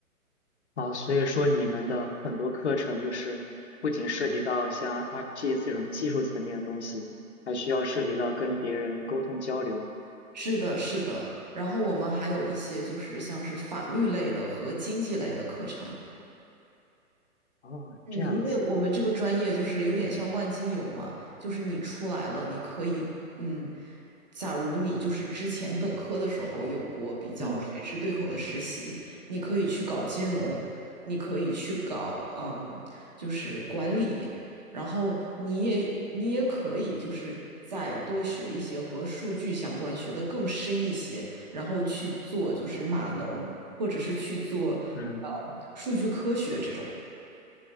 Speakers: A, on the left; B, on the right.
A: 啊，所以说你们的很多课程就是不仅涉及到像 ArcGIS 这种技术层面的东西，还需要涉及到跟别人沟通交流。
B: 是的，是的。然后我们还有一些就是像是法律类的和经济类的课程，
A: 哦，
B: 嗯，
A: 这样子，
B: 因为我们这个专业就是有点像万金油嘛，就是你出来了，你可以，嗯，假如你就是之前本科的时候有过比较垂直对口的实习，
A: 嗯
B: 你可以去搞金融，你可以去搞，嗯，就是管理，然后你也你也可以就是再多学一些和数据相关，学得更深一些，然后去做就是码农，或者是去做，
A: 嗯。
B: 嗯，数据科学这种。